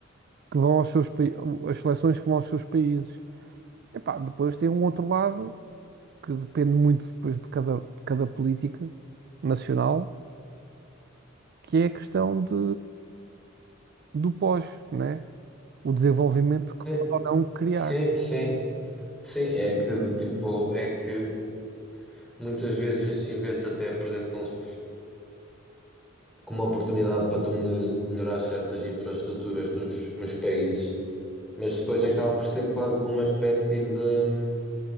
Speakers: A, on the right; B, in the centre.
A: que vão aos seus países, as seleções que vão aos seus países. Epá, depois tem um outro lado que depende muito depois de cada, de cada política nacional, que é a questão de, do pós, né? O desenvolvimento que
B: Sim,
A: pode ou não criar.
B: sim, sim. Sim, é que, de tipo, é que muitas vezes estes eventos até apresentam-se como uma oportunidade para tu mel- melhorar certas infraestruturas nos, nos países. Mas depois acaba por ser quase uma espécie de,